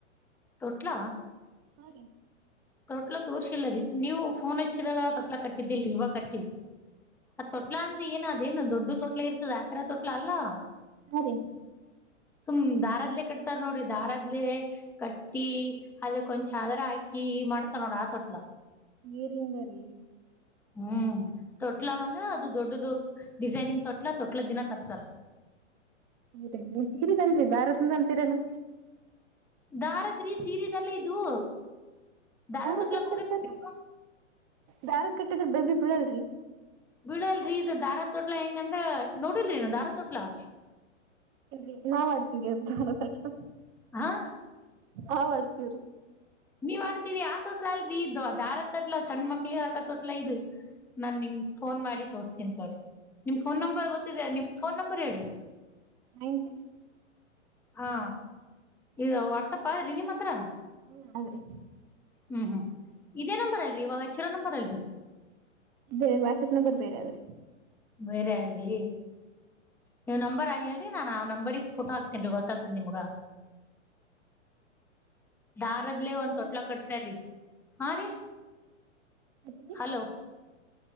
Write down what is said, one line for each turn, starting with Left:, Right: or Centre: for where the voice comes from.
Centre: ತೊಟ್ಲ
Right: ಹ ರೀ
Centre: ತೊಟ್ಲ ತೋರ್ಸಿಲ್ಲರೀ ನೀವು ಫೋನ್ ಹಚ್ಚಿದಾಗ ತೊಟ್ಲ ಕಟ್ಟಿದ್ದಿಲ್ರರಿ ಇವಾಗ ಕಟ್ಟಿವಿ ಆ ತೊಟ್ಲ ಅಂದ್ರೆ ಏನ ಅದೇನು ದೊಡ್ಡ ತೊಟ್ಲ ಇರ್ತದ ಆತರ ತೊಟ್ಲ ಅಲ್ಲಾ
Right: ಅ ರೀ
Centre: ಹ ಹ್ಮ್ ದಾರದ್ಲೆ ಕಟ್ತಾರ ನೋಡ್ರಿ ದಾರದ್ಲೆ ಕಟ್ಟಿ ಅದ ಕೊಂಚದ್ರ ಹಾಕಿ ಮಡತನೋಡ ಆತೊಟ್ಲ
Right: ಏರಿಂದರ
Centre: ಹ್ಮ್ ತೊಟ್ಲವ ನ ಅದು ದೊಡ್ಡದು ಡಿಸೈನಿಂಗ್ ತೊಟ್ಲ ತೊಟ್ಲ ದಿನ ತರ್ತರ್
Right: ಹೌದ ನೀ ತೀರಿಿದನ್ರಿ ಬಾರದಿಂದ ಅಂತೀರಲ್ಲಾ
Centre: ದಾರದ್ರಿ ಸೀರೀಸ್ ಎಲ್ಲ ಇದು ದಾರ
Right: ದಾರದ
Centre: ತೊಟ್ಲ
Right: ನ್
Centre: ನೋಡಿರ
Right: ಕಟ್ತಾರರಿ
Centre: ನೀವು
Right: ದಾರ ಕಟ್ಟಿದ್ರ ಬಬಿ ಬಿೀಳಲ್ರಿ
Centre: ಬೀಳಲ್ರಿ ಇದು ದಾರಾ ತೋಟ್ಲ ಹೆಂಗಂದ್ರ ನೋಡಿಲ್ರಿ ನ ದಾರಾ ತೋಟ್ಲಾ
Right: ಿ ನಾವ್ ಆಡ್ತೀವರಿ ಅದ ಸ್ಲ್ಪ
Centre: ಹಾ
Right: ಹಾ ಮಾಡಡ್ತವ್ರಿ
Centre: ನೀವ್ ಆಡ್ತೀರಿ ಆ ತೋಟ್ಲ ಅಲ್ರೀ ಇದದು್ ಅ ದಾರ ತಟ್ಲಾ ಸಣ ಮಕ್ಳಿಗೆಗ್ ಹಾಕ ತೋಟ್ಲ ಇದು ನಾ ನಿಂಗ ಫೋನ್ ಮಾಡಿ ತೋರ್ತಿನ್ಂತವ್ರೀ ನಿಮ ಫೋನ್ ನಂಬರ್ ಗೊತ್ತಿದೆ ನಿಮ್ ಫೋನ್ ನಂಬರ್ ಹೇಳ್ರಿ
Right: ನಗೆ
Centre: ಹಾ ಈಗ ವಾಟ್ಸಪ್ ಆದಗ್ರಿ ನಿಮ್ಮ ಹತ್ರ
Right: ಹ್ಮ್ ಅದ
Centre: ಹ್ಮ್ ಹ್ಮ್ ಇದೇ ನಂಬರ್ ಅಲ್ರರಿ ಇವಾಗ ಹೆಚ್ಚಿರೋ ನಂಬರ್ ಅಲ್ರರಿ
Right: ಬೇರೆ ವಾಟ್ಸಪ್ ನಂಬರ್ ಬೇರೆ ಆದ್ರೆ
Centre: ಬೇರೆ ಆದ್ರಿ ನೀವು ನಂಬರ್ ಹೇಳಿ ನಾನ್ ಆ ನಂಬರ್ ೋಟೋ ಹಾಕ್ತೀನ್ಿೀ ಗೊತ್ತತದ ನಿಮಗ ದಾರದ್ಲ ಒಂದ
Right: ಊಟ
Centre: ತೋಟ್ಲ
Right: ರೀ
Centre: ಕಟ್ತಾರಿ ಹಾ ರೀ
Right: ಅತ್ತಿಗೆ
Centre: ಹಲೋ